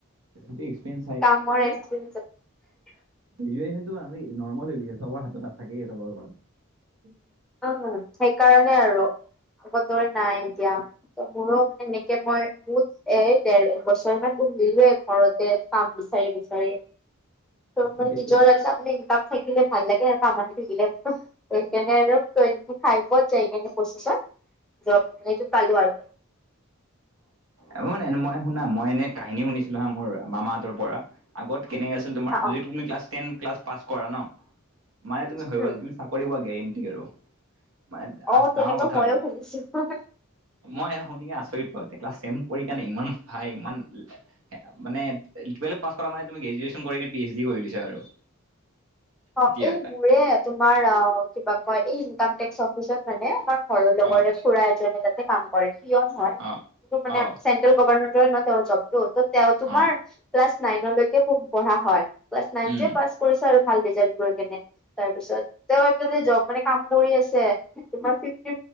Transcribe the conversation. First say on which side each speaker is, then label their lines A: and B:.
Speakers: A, on the right; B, in the centre.
A: সেইটো এক্সপেৰিয়েঞ্চ
B: কামৰ এক্সপিৰিয়েঞ্চ
A: গ্ৰেজুৱেচনটো আমি নৰ্মেল হৈ গৈছে চবৰ হাতত থাকেই চবৰ ঘৰত
B: উম সেইকাৰণে আৰু আগৰ দৰে নাই এতিয়া মোৰো মানে এনেকে মই বহুত এ ডেৰ বছৰমান মিলে ঘৰতে কাম বিচাৰি বিচাৰি ত
A: এতিয়াতো
B: মানে নিজৰ এটা মানে ইনকাম থাকিলে ভাল লাগে আৰু কাম আহি থাকিলে সেইকাৰণে আৰু টুৱেন্টি ফাইভত যাই কিনে প্ৰশিচত জব এই টো পালো আৰু
A: অ ম মই শুনা মই এনে কাহিনী শুনিছিলো হা মোৰ মামাহঁতৰ পৰা আগত কেনেকে আছিল
B: অ',
A: তোমাৰ
B: অ',
A: যি তুমি ক্লাছ টেন ক্লাছ পাছ কৰা ন মানে তুমি হৈ
B: উম,
A: গল তুমি চাকৰি পোৱা গেৰেণ্টি আৰু মানে
B: অ', তেনেকুৱা
A: ডাঙৰ কথা
B: ময়ো
A: হয়,
B: শুনিছো।
A: মই শুনি আচৰিত পাও ক্লাছ টেন পঢ়ি সেইকাৰণে ইমান ভাই ইমান মানে টুৱেলভ পাছ কৰা মানে তুমি গ্ৰেজুৱেচন কৰি পি এইচ ডি কৰিলি পিছে আৰু
B: <inaudible> অ
A: এতিয়া
B: এই মোৰে তোমাৰ অ কিবা কয় ইনকাম টেক্সৰ অফিচত মানে বা হয়ৰ লগৰে
A: অ
B: খুড়া এজনে কাম কৰে পিয়ন হয়
A: অ
B: খুব মানে
A: অ
B: ছেন্টেল গভাৰ্ণমেণ্ট তেওঁ ন তেওঁ জবটো তেওঁ তোমাৰ
A: অ
B: ক্লাছ নাইনলৈকে পঢ়া হয়। ক্লাছ নাইনতে
A: উম
B: পাচ্ কৰিছে আৰু যইন কৰি কিনে তাৰপিছত তেওঁ যত মানে কাম কৰি আছে, তোমাৰ ফিফটি